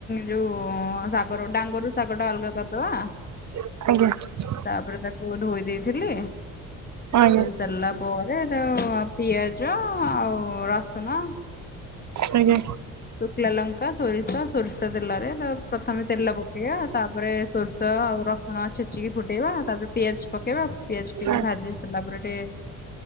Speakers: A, on the left; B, on the right.
A: ଯୋଉ ସାଗର ଡାଙ୍ଗରୁ ଶାଗଟା ଅଲଗା କରଦବା।
B: ଆଜ୍ଞା।
A: ତାପରେ ତାକୁ ଧୋଇ ଦେଇଥିଲି,
B: ଆଜ୍ଞା
A: ଧୋଇ ସାରିଲା ପରେ ତ ଅପ ପିଆଜ ଆଉ ରସୁଣ
B: ଆଜ୍ଞା
A: ଶୁକିଲା ଲଙ୍କା, ସୋରିଷ, ସୋରିଷ ତେଲରେ ତା ପ୍ରଥମେ ତେଲ ପକେଇଆ ତାପରେ ସୋରିଷ ଆଉ ରସୁଣ ଛେଚିକି ଫୁଟେଇବା, ତାପରେ ପିଆଜ ପକେଇବା, ପିଆଜ ଟିକେ
B: ଆ
A: ଭାଜିସ୍ ସରଲା ପରେ ଟିକେ